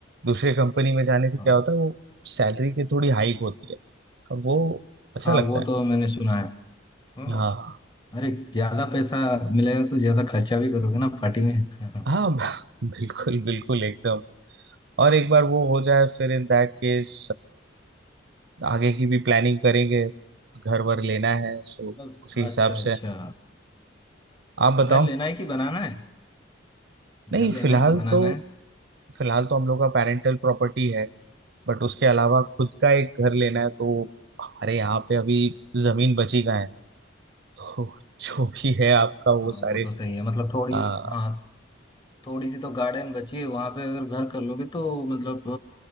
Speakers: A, on the right (about 60°); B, on the left (about 25°).
A: दूसरे कंपनी में जाने से क्या
B: हाँ
A: होता है वो सैलरी की थोड़ी हाइक होती है और वो अच्छा
B: हाँ
A: लगता
B: वो
A: है
B: तो मैंने सुना है हाँ,
A: हाँ
B: अरे ज्यादा पैसा मिलेगा तो ज्यादा खर्चा भी करोगे ना पार्टी में हाँ, हाँ।
A: हाँ <laughs> बिल्कुल बिल्कुल एकदम और एक बार वो हो जाए फिर इन दैट केस आगे की भी प्लानिंग करेंगे घर वर लेना है सो
B: मतलब
A: उसी हिसाब
B: अच्छा अच्छा
A: से आप बताओ
B: घर लेना है कि बनाना है
A: नहीं
B: घर लेना
A: फिलहाल
B: है कि बनाना
A: तो
B: है
A: फिलहाल तो हम लोग का पेरेंटल प्रॉपर्टी है बट उसके अलावा खुद का एक घर लेना
B: हाँ
A: है तो हमारे यहाँ पे अभी जमीन बची कहाँ है तो जो भी है आपका वो
B: हाँ,
A: सारे
B: वो तो सही है मतलब थोड़ी
A: आ,
B: हाँ थोड़ी सी तो गार्डन बची है वहां पे अगर घर कर लोगे तो मतलब